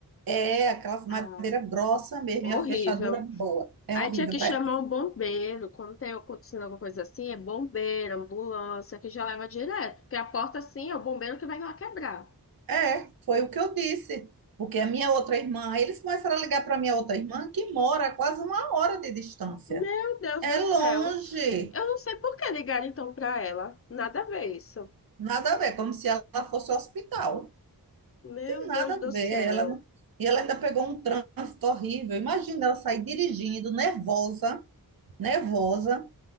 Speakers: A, on the right (about 65°); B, on the left (about 40°).
A: É aquelas madeira
B: Ah,
A: grossa mesmo,
B: horrível.
A: e a fechadura boa. É
B: Aí
A: horrível
B: tinha que
A: para
B: chamar
A: ela.
B: um bombeiro. Quando tem acontecendo alguma coisa assim, é bombeiro, ambulância, que já leva direto. Porque a porta assim é o bombeiro que vai lá quebrar.
A: É, foi o que eu disse. Porque a minha outra irmã, eles começaram a ligar para a minha outra irmã, que mora a quase uma hora de distância.
B: Meu Deus
A: É
B: do
A: longe.
B: céu. Eu não sei por que ligaram então pra ela. Nada a ver isso.
A: Nada a ver, como se ela fosse ao hospital.
B: Meu
A: Nada
B: Deus
A: a
B: do
A: ver.
B: céu.
A: Ela não- E ela ainda pegou um trânsito horrível. Imagina ela sair dirigindo, nervosa, nervosa,